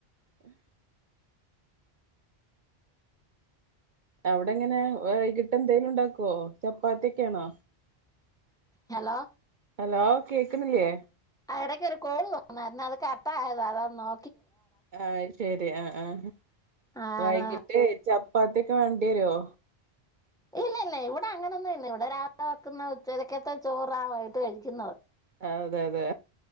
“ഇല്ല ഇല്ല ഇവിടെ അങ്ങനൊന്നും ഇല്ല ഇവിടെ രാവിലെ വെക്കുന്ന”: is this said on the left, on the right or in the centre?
Centre